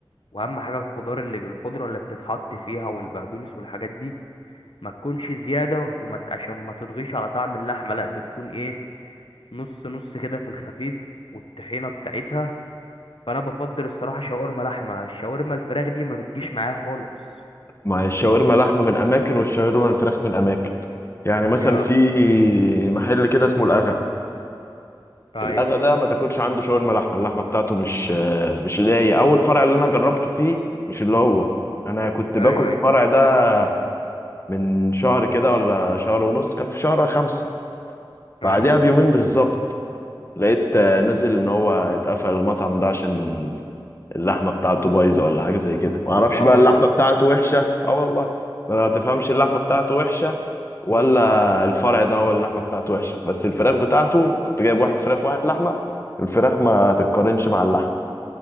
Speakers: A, on the left (about 75°); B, on the left (about 30°).
A: واهم حاجه الخضار اللي بالخضره اللي بتتحط فيها والبقدونس والحاجات دي ما تكونش زياده وما ت- عشان ما تضغيش على طعم اللحمه لا بتكون ايه نص نص كده في الخفيف والطحينه بتاعتها فانا بفضل الصراحه شاورما لحمه الشاورما الفراخ دي ما بتجيش معايا خالص
B: ما هي الشاورما لحمة من أماكن والشاورما الفراخ من أماكن يعني مثلا
A: اه
B: في محل كده اسمه الأغا
A: ايوه
B: الأغا ده ما تاكلش عنده شاورما لحمة اللحمة بتاعته مش مش اللي هي أول فرع اللي أنا جربته فيه مش اللي هو أنا كنت
A: ايوه
B: باكل
A: ايوه
B: في الفرع ده من شهر كده ولا شهر ونص كان في شهر خمسة
A: اه
B: بعدها بيومين بالظبط لقيت آه، نزل إن هو اتقفل المطعم ده عشان اللحمه بتاعته بايظه ولا حاجه زي كده ما اعرفش
A: لا
B: بقى
A: والله
B: اللحمه بتاعته وحشه اه والله ما تفهمش اللحمه بتاعته وحشه ولا الفرع ده هو اللحمه بتاعته وحشه بس الفراخ بتاعته كنت جايب واحد فراخ واحد لحمه الفراخ ما تتقارنش مع اللحمه